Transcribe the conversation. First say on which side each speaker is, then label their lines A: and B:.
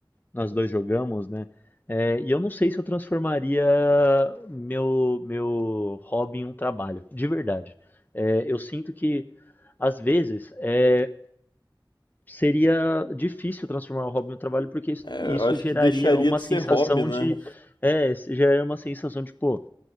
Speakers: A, on the left; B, on the left.
A: nós dois jogamos, né? É, e eu não sei se eu transformaria meu, meu hobby em um trabalho, de verdade. É, eu sinto que, às vezes, é, seria difícil transformar o hobby no trabalho porque isso,
B: É,
A: isso
B: eu acho
A: geraria
B: que deixaria
A: uma
B: de
A: sensação
B: ser hobby, né?
A: de é, isso geraria uma sensação de pô,